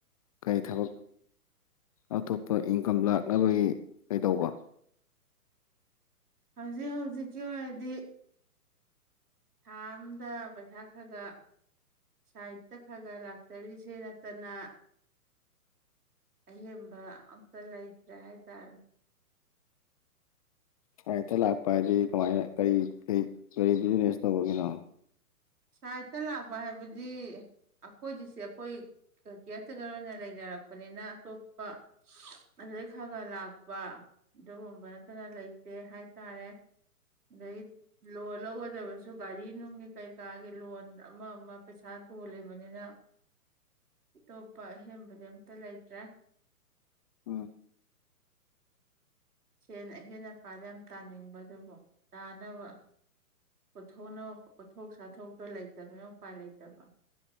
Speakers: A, on the left; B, on the right.
A: ꯀꯩ ꯊꯕꯛ ꯑꯇꯣꯞꯄ ꯏꯪꯀꯝ ꯂꯥꯛꯅꯕꯒꯤ ꯀꯩ ꯗꯧꯕ
B: ꯍꯧꯖꯤꯛ ꯍꯧꯖꯤꯛꯀꯤ ꯑꯣꯏꯔꯗꯤ ꯊꯥ ꯑꯝꯗ ꯄꯩꯁꯥ ꯈꯒ ꯁꯥꯏꯠꯇ ꯈꯒ ꯂꯥꯛꯆꯔꯤꯖꯦ ꯅꯠꯇꯅ ꯑꯍꯦꯟꯕ ꯑꯝꯇ ꯂꯩꯇ꯭ꯔꯦ ꯍꯥꯏ ꯇꯥꯔꯦ
A: ꯁꯥꯏꯠꯇ ꯂꯥꯛꯄ ꯍꯥꯏꯗꯤ ꯀꯃꯥꯏꯅ ꯀꯩ ꯀꯔꯤ ꯀꯔꯤ ꯕꯤꯖꯤꯅꯦꯁ ꯇꯧꯕꯒꯤꯅꯣ
B: ꯁꯥꯏꯠꯇ ꯂꯥꯛꯄ ꯍꯥꯏꯕꯗꯤ ꯑꯈꯣꯏꯒꯤꯁꯦ ꯑꯈꯣꯏ ꯀ ꯀ꯭ꯌꯥꯔꯇꯦꯀꯔ ꯑꯣꯏꯅ ꯂꯩꯅꯔꯛꯄꯅꯤꯅ ꯑꯇꯣꯞꯄ ꯑꯗꯨꯗꯩ ꯈꯒ ꯂꯥꯛꯄ ꯑꯗꯨꯒꯨꯝꯕ ꯅꯠꯇꯅ ꯂꯩꯇꯦ ꯍꯥꯏ ꯇꯥꯔꯦ ꯑꯗꯩ ꯂꯣꯜ ꯂꯧꯒꯗꯕꯖꯨ ꯒꯥꯔꯤ ꯅꯨꯡꯒꯤ ꯀꯩ ꯀꯥꯒꯤ ꯂꯣꯟ ꯑꯃ ꯃ ꯄꯩꯁꯥ ꯇꯣꯜꯂꯤꯕꯅꯤꯅ ꯇꯣꯞꯄ ꯑꯍꯦꯟꯕꯖꯦ ꯑꯝꯇ ꯂꯩꯇ꯭ꯔꯦ
A: ꯎꯝ
B: ꯁꯦꯟ ꯑꯍꯦꯟ ꯑꯄꯥꯥꯗꯤ ꯌꯥꯝ ꯇꯥꯅꯤꯡꯕꯗꯨꯕꯨ ꯇꯥꯅꯕ ꯄꯨꯊꯣꯛꯅꯕ ꯄꯣꯠꯊꯣꯛ ꯆꯥꯊꯣꯛꯇꯣ ꯂꯩꯇꯅꯤꯅ ꯎꯄꯥꯏ ꯂꯩꯇꯕ